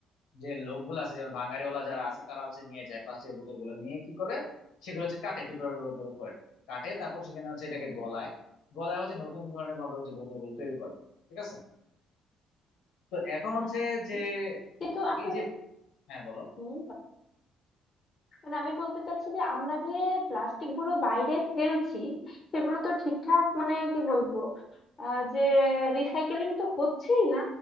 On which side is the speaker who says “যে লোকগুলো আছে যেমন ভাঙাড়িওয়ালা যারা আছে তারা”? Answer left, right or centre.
Left